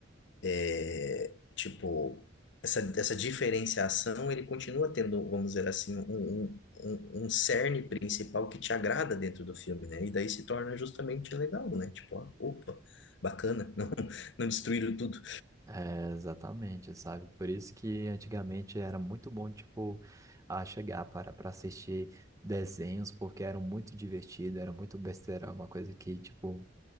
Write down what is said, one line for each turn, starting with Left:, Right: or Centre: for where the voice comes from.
Left: é, tipo, essa, essa diferenciação, ele continua tendo, vamos dizer assim, um, um, um um cerne principal que te agrada dentro do filme, né? E daí se torna justamente legal, né? Tipo, ah, opa, bacana, <laughs> não, não destruíram tudo.
Right: É, exatamente, sabe? Por isso que antigamente era muito bom, tipo, a chegar para para assistir desenhos, porque eram muito divertidos, era muito besteira, uma coisa que, tipo,